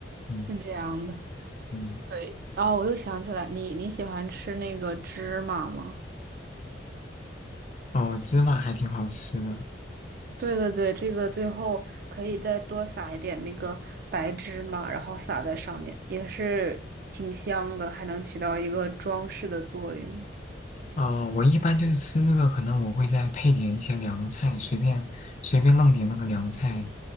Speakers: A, on the left; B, on the right.
A: 嗯
B: 是这样的。
A: 嗯，
B: 对，哦，我又想起来，你你喜欢吃那个芝麻吗？
A: 哦，芝麻还挺好吃的，
B: 对对对，这个最后可以再多撒一点那个白芝麻，然后撒在上面，也是挺香的，还能起到一个装饰的作用。
A: 呃，我一般就是吃这个，可能我会再配点一些凉菜，随便随便弄点那个凉菜，